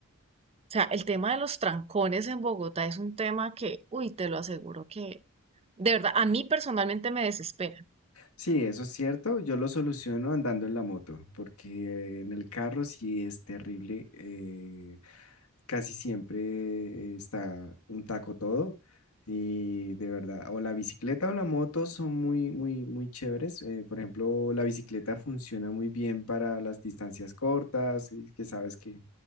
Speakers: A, on the right; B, on the left.
A: O sea, el tema de los trancones en Bogotá es un tema que, uy, te lo aseguro que, de verdad, a mí personalmente me desespera.
B: sí, eso es cierto. Yo lo soluciono andando en la moto, porque en el carro sí es terrible. eh, casi siempre está un taco todo y de verdad, o la bicicleta o la moto son muy, muy, muy chéveres. Eh, por ejemplo, la bicicleta funciona muy bien para las distancias cortas, y que sabes que,